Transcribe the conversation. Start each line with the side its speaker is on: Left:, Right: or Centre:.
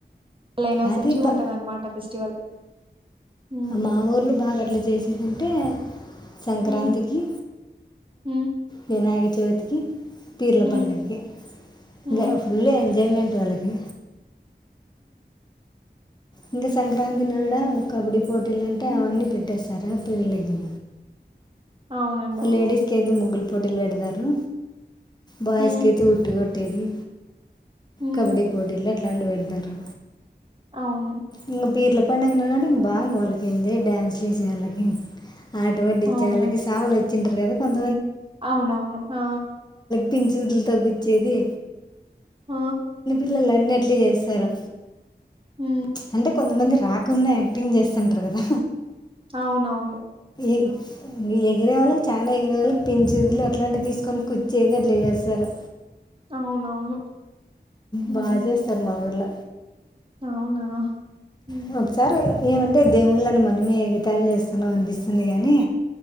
Right: లైనా
Left: అది
Right: మంచిగుందన్నమాట
Left: బా
Right: ఆ ఫెస్టివల్ హ్మ్.
Left: మా ఊర్ళ బాగా అట్లా చేసేదుంటే సంక్రాంతికి
Right: హ్మ్. హ్మ్.
Left: వినాయక చవితికి పీర్ల
Right: హ్మ్.
Left: పండగకి
Right: హ్మ్.
Left: ఇంకా ఫుల్ ఎంజాయ్మెంట్ వాళ్ళకి ఇంకా సంక్రాంతి నాడ కబడ్డీ పోటీలు అంటే
Right: హ్మ్.
Left: అవన్నీ పెట్టేస్తారా పిళ్ళలకి
Right: అవునండి. అవును.
Left: లేడీస్ కైతే ముగ్గులు పోటీలు పెడతారు బాయ్స్
Right: హ్మ్.
Left: కి అయితే ఉట్టు కొట్ కొట్టేది
Right: హ్మ్.
Left: కబడ్డీ పోటీల్లో ఎట్లాంటివి పెడుతారు
Right: అవును.
Left: ఇంగ పీర్ల పడుగ నాడు బాగ వాళ్ళకి ఎంది డ్యాన్స్ వేసే వాళ్ళకి ఆటపట్టించ్చే
Right: అవును.
Left: వాళ్ళకి సాములు వచ్చింటారు కదా కొం
Right: అవునవును ఆ
Left: పింజులతో గుచ్చేది
Right: ఆ
Left: పిల్లలు అన్నిట్లు చేస్తారు
Right: హ్మ్
Left: అంటే కొంతమంది రాకుండా యాక్టింగ్ చేస్ స్థంటర్ కదా
Right: అవునవును
Left: ఎం ఎగిరేవాళ్ళు చాలా ఎగిరేవాళ్ళుకు పించుదులు అట్లాంటివి తీసుకొని కుచ్చేది అట్లా చేస్తారు
Right: అవునవును హ్మ్
Left: బా చేస్తారు మా ఊర్ల
Right: అవునా హ్మ్
Left: వోగ్ సారి ఏవంటే దేవుళ్ళని మనమే ఎగ్ తాల్ చేస్తున్నాం అన్ పిస్సుంది గానీ